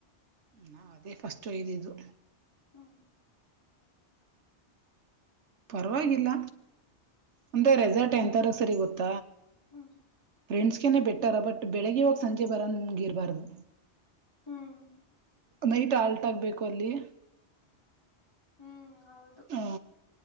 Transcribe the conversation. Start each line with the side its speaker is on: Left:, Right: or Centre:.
Right: ನಾ ಅದೇ ಫಸ್ಟ್ ಹೊಯ್ದಿದ್ದು.
Left: ಹ್ಮ
Right: ಪರವಾಗಿಲ್ಲ. ಅಂದೆ
Left: ಹ್ಮ್
Right: ರೆಸರ್ಟ್ ಎಂತಾರೂ ಸರಿ ಗೊ ತ್ತ
Left: ಹ್ಮ್
Right: ಫ್ರೆಂಡ್ಸ್ಗೆನೆ ಬಿಟ್ಟಾರ ಬಟ್ ಬೆಳಗ್ಗೆ ಹೋಗಿ ಸಂಜೆ ಬರ ನಿಮ್ಗೆ ಇರಬಾರ್ದು.
Left: ಹ್ಮ್
Right: ನೈಟ್ ಆಲ್ಟ್ ಆಗ್ಬೇಕು ಅಲ್ಲಿ.
Left: ಹ್ಮ್ ಹೌದು
Right: ಹ